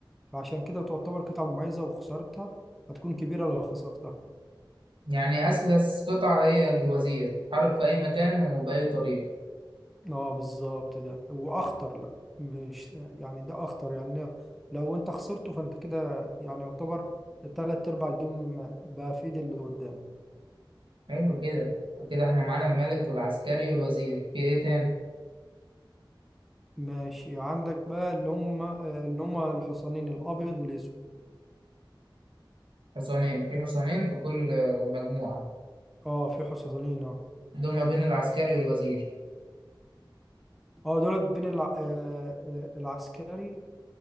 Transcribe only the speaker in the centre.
فعشان كده تعتبر قطعه مميزه وخسارتها هتكون كبيره لو خسرتها
اه بالظبط ده واخطر لا مش يعني ده اخطر يعني لو انت خسرته فانت كده يعني يعتبر تلات ارباع الجيم بقى في ايد اللي قدام
ماشي عندك بقى اللي هم اللي هم الحصانين الابيض والاسود
اه في حصانين اه
اه دولت بين الع... آه، آه، العسكري